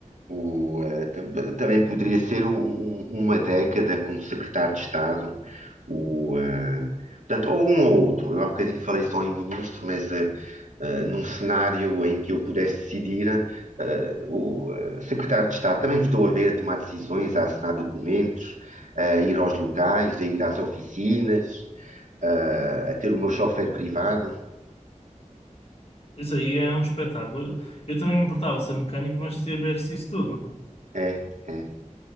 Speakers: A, on the right; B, on the left.
A: O, eh, tam- também poderia ser um- um- uma década como secretário de Estado, o, eh, portanto, ou um ou outro. Eu há bocadinho falei só em ministro, mas eh, eh, num cenário em que eu pudesse decidir, eh, o eh, secretário de Estado também me estou a ver a tomar decisões, a assinar documentos, a ir aos locais, a ir às oficinas, eh, a ter o meu chofer privado.
B: Isso aí é um espetáculo. Eu também me importava ser mecânico, mas se tivesse isso tudo.
A: É, é.